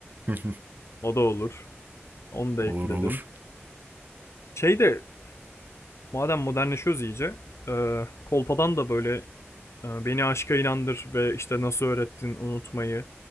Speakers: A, on the right (about 45°); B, on the left (about 80°).
A: <laughs>
B: O da olur. Onu da
A: Olur
B: ekledim.
A: olur.
B: Şey de madem modernleşiyoruz iyice, e, kolpadan da böyle e, beni aşka inandır ve işte nasıl öğrettin unutmayı